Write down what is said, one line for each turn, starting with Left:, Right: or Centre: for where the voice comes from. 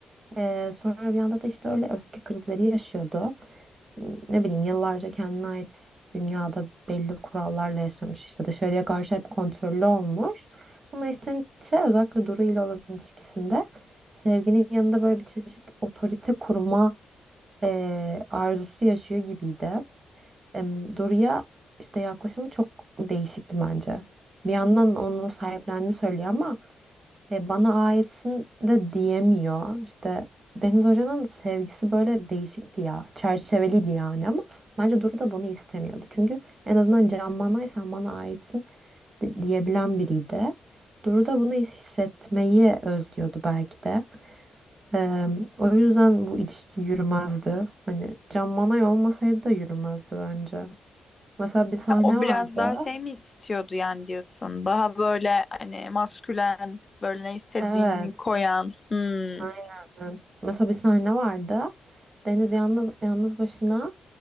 Right: Ee, sonra bir anda da işte öyle öfke krizleri yaşıyordu ne bileyim yıllarca kendine ait dünyada belli kurallarla yaşamış işte dışarıya karşı hep kontrollü olmuş. Ama işte Nietzsche özellikle Duru ile olan ilişkisinde sevginin yanında böyle bir çeşit otorite kurma eee, arzusu yaşıyor gibiydi. Em, Duru'ya işte yaklaşımı çok değişikti bence. Bir yandan onu sahiplendiğini söylüyor ama e, bana aitsin de diyemiyor. İşte Deniz Hoca'nın sevgisi böyle değişikti ya. Çerçeveliydi yani ama bence Duru da bunu istemiyordu. Çünkü en azından Can Manay sen bana aitsin de- diyebilen biriydi. Duru da bunu hissetmeyi özlüyordu belki de. E, o yüzden bu ilişki yürümezdi. Hani Can Manay olmasaydı da yürümezdi bence. Mesela bir sahne
Left: Ha, O biraz
Right: vardı.
Left: daha şey mi istiyordu yani diyorsun? Daha böyle hani maskülen, böyle ne istediğini
Right: Evet.
Left: koyan. Hmm.
Right: Aynen. Mesela bir sahne vardı. Deniz yalnız, yalnız başına